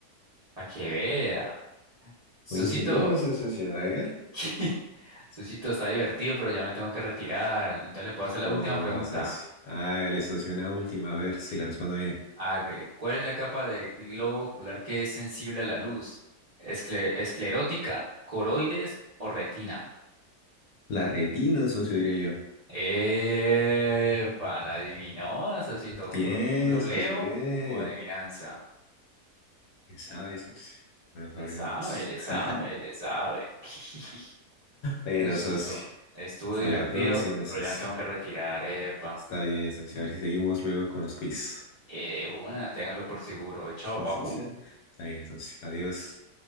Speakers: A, on the right; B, on the left.
A: Para que vea. Sí.
B: Muy ingenioso,
A: Socito,
B: socio. A ver.
A: <laughs> Susito, está divertido, pero ya me tengo que retirar. Entonces le puedo hacer la
B: No,
A: última pregunta.
B: socio. Hágale, socio, una última. A ver si la respondo bien.
A: Hágale. ¿Cuál es la capa del globo ocular que es sensible a la luz? ¿Escle- esclerótica, coroides o retina?
B: La retina, socio, diría
A: Epa, la adivinó, Susito.
B: Bien,
A: ¿Puro googleo
B: socio, bien.
A: o adivinanza?
B: Ya sabes, socio. Bueno, que
A: Le sabe,
B: <laughs>
A: le sabe, le sabe. <laughs>
B: Bueno,
A: Bueno, Susito,
B: socio.
A: estuvo
B: Hasta
A: divertido,
B: la próxima, socio.
A: pero ya me tengo que retirar. Epa.
B: Está bien, socio. A ver si seguimos luego con los quiz.
A: Eh, de una, ténganlo por seguro. Chao,
B: ¿Sí,
A: papu.
B: socio? Está bien, socio. Adiós.